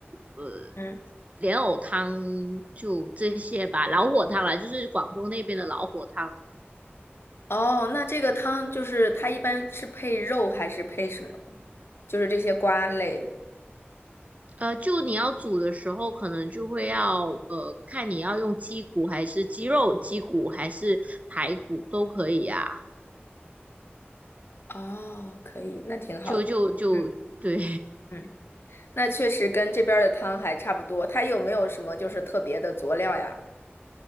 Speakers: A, on the right; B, on the left.
A: 呃
B: 嗯，
A: 莲藕汤就这些吧，老火汤啦，就是广东那边的老火汤。
B: 哦，那这个汤就是它一般是配肉还是配什么？就是这些瓜类。
A: 呃，就你要煮的时候，可能就会要呃，看你要用鸡骨还是鸡肉，鸡骨还是排骨都可以啊。
B: 哦，可以，那挺好的。
A: 就就就对，
B: 嗯嗯，那确实跟这边儿的汤还差不多。它有没有什么就是特别的佐料呀？